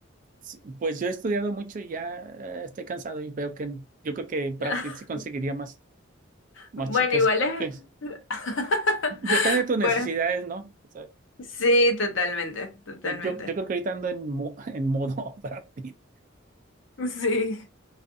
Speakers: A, on the right; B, on the left.
A: sí, pues yo he estudiado mucho y ya eh, estoy cansado y veo que yo creo que Brad
B: <laughs>
A: Pitt sí conseguiría más, más
B: Bueno,
A: chicas.
B: igual es.
A: que-
B: <laughs>
A: Depende de tus necesidades,
B: Pues
A: ¿no? O sea,
B: sí, totalmente, totalmente.
A: No, Yo, yo creo que ahorita ando en, mo- en modo <laughs> Brad Pitt,
B: Sí,